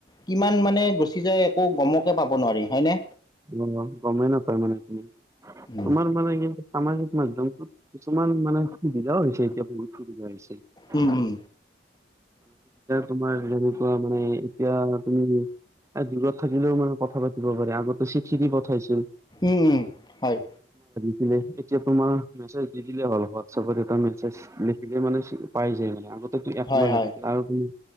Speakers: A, on the left; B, on the right.
A: কিমান মানে গুচি যায়, একো গমকে পাব নোৱাৰি হয়নে?
B: অ', গমেই নাপায় মানে তুমি,
A: উম
B: তোমাৰ মানে কিন্তু সামাজিক মাধ্যমটোত কিছুমান মানে <unintelligible> হৈছে <unintelligible> বহুত সুবিধা হৈছে,
A: উম
B: <unintelligible>
A: উম
B: তোমাৰ যেনেকুৱা মানে এতিয়া তুমি দূৰত থাকিলেও মানে কথা পাতিব পাৰি, আগতে চিঠি দি পঠাইছিল।
A: উম, হয়।
B: <unintelligible> এতিয়া তোমাৰ মেছেজ দি দিলে হ'ল, হোৱাটছএপত এটা মেছেজ লিখিলে মানে পাই যায় মানে, আগত এইটো একমাহ
A: হয় হয়
B: লাগি গ'ল। আৰু তুমি